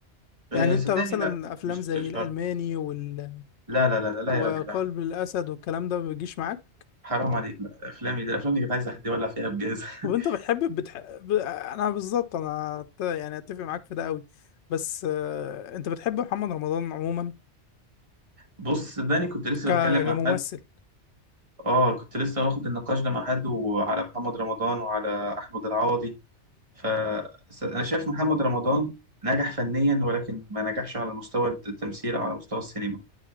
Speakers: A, on the right (about 30°); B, on the left (about 75°).
A: آه،
B: يعني
A: صدقني
B: أنت مثلا
A: لا
B: أفلام
A: مش
B: زي
A: شرط
B: الألماني وال
A: لا لا لا لا, لا
B: وقلب
A: يا راجل لا
B: الاسد والكلام ده ما بيجيش معاك
A: حرام عليك لا افلامي ده افلامي دي كانت عايزة حد يولع فيها بجاز <laughs>
B: طب انت بتحب بتح... ب... انا بالظبط انا أت- يعني اتفق معاك في ده قوي بس آه، انت بتحب محمد رمضان عموما
A: بص صدقني كنت لسه
B: ك-
A: بتكلم مع
B: كممثل
A: حد اه كنت لسه واخد النقاش ده مع حد وعلى محمد رمضان وعلى احمد العوضي ف س- انا شايف محمد رمضان نجح فنيا ولكن ما نجحش على مستوى التمثيل او على مستوى السينما